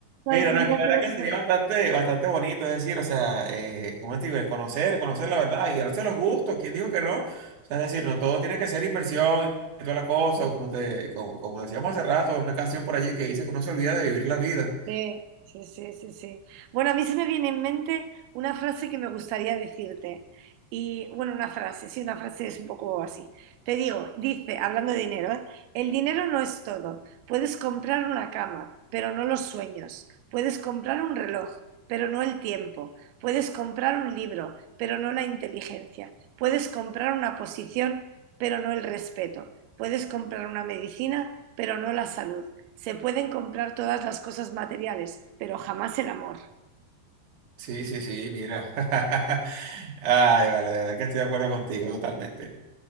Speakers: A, on the right (about 90°); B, on the right (about 55°).
A: Ay, sí,
B: no,
A: mira,
B: que la verdad
A: pero
B: que
A: se
B: sería
A: me-
B: bastante, bastante bonito, es decir, o sea, eh, ¿cómo te digo? El Conocer, conocer la verdad y darse los gustos, ¿quién dijo que no? O sea, es decir, no todo tiene que ser inversión y toda la cosa, o como, te, como, como decíamos hace rato, una canción por allí que dice que uno se olvida de vivir la vida.
A: Sí, sí, sí, sí, sí. Bueno, a mí se me viene en mente una frase que me gustaría decirte. Y bueno, una frase, sí, una frase es un poco así. Te digo, dice, hablando de dinero, ¿eh? El dinero no es todo. Puedes comprar una cama, pero no los sueños. Puedes comprar un reloj, pero no el tiempo. Puedes comprar un libro, pero no la inteligencia. Puedes comprar una posición, pero no el respeto. Puedes comprar una medicina, pero no la salud. Se pueden comprar todas las cosas materiales, pero jamás el amor.
B: Sí, sí, sí, mira. <laughs> Ay, vale, la verdad que estoy de acuerdo contigo totalmente.